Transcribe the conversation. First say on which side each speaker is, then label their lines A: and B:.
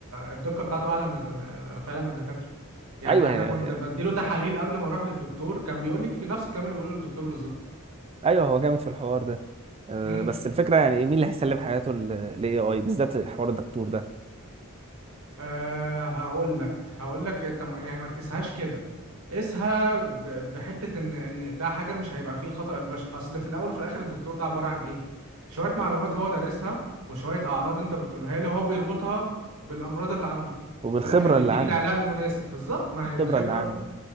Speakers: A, on the right; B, on the right.
A: الدقه بتاعته اعلى من فعلا من الدكاتره يعني
B: ايوه هي
A: انا كنت بديله تحاليل قبل ما اروح للدكتور كان بيقول لي نفس الكلام اللي بيقوله الدكتور بالظبط
B: ايوه هو جامد في الحوار ده أه،
A: امم
B: بس الفكرة يعني مين اللي هيسلم حياته للاي اي بالذات حوار الدكتور ده
A: أه هقول لك هقول لك طب ما- يعني ما تقيسهاش كده قيسها ب- بحته ان ان ده حاجه مش هيبقى فيه الخطا البشري اصل في الاول وفي الاخر الدكتور ده عباره عن ايه شويه معلومات هو دارسها وشويه اعراض انت بتقولها له هو بيربطها بالامراض اللي عنده
B: وبالخبرة
A: وفي الاخر بيديك
B: اللي عنده
A: العلاج المناسب بالظبط ما
B: الخبرة
A: هي الخبره
B: اللي عنده